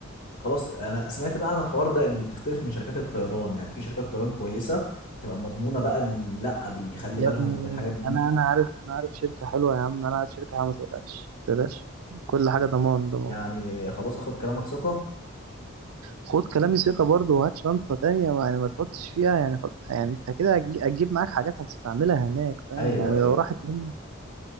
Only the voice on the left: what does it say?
خلاص انا سمعت بقى عن الحوار ده ان بتختلف من شركات الطيران يعني في شركات طيران كويسه بتبقى مضمونه بقى ان لا بيخلي
بالهم
من الحاجات دي
يعني خلاص اخد كلامك ثقة
ايوه
ايوه